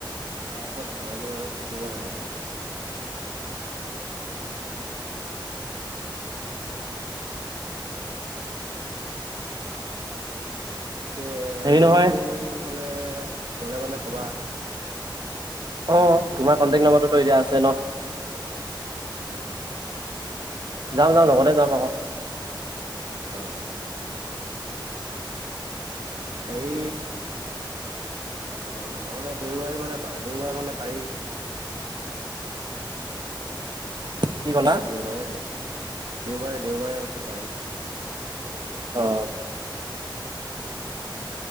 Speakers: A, on the right; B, on the right.
A: লাইফত ধেমালি অলপ থাকিব লাগে। অ। যে
B: হেৰি
A: ৰয়িং
B: নহয়
A: চয়িং ফালে গ'লে মানে ক'বা।
B: অ
A: এনেই অলপ
B: তোমাৰ
A: ফুৰিবলে।
B: কণ্টেক্ট নম্বৰটোতো এতিয়া আছে ন।
A: অ।
B: যাম যাম লগতে যাম আক-
A: অ। হেৰি অ নহ'লে দেওবাৰ মানে দেওবাৰ মানে পাৰি।
B: কি ক'লা
A: এইটো দেওবাৰে যে দেওবাৰে দেওবাৰে কৈছো পাৰি।
B: অ